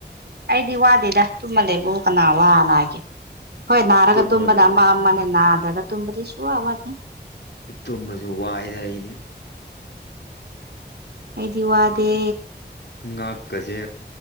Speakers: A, on the right (about 65°); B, on the left (about 70°).
A: ꯑꯩꯗꯤ ꯋꯥꯗꯦꯗ ꯇꯨꯝꯃ ꯂꯩꯕꯕꯨ ꯀꯅꯥ ꯋꯥꯅ ꯍꯥꯏꯒꯦ ꯍꯣꯏ ꯅꯥꯔꯒꯥ
B: ꯇꯨꯝꯃꯒ
A: ꯇꯨꯝꯕꯅ
B: ꯂꯩꯕꯁꯨ
A: ꯑꯃ ꯑꯃꯅꯦ ꯅꯥꯗ꯭ꯔꯥꯒ ꯇꯨꯝꯕꯗꯤ ꯁꯨ ꯋꯥ ꯋꯥꯗꯦ
B: ꯇꯨꯝꯕꯖꯨ ꯋꯥꯏꯗꯥ ꯑꯩꯗꯤ
A: ꯑꯩꯗꯤ ꯋꯥꯗꯦ
B: ꯉꯥꯛꯀꯥꯖꯦ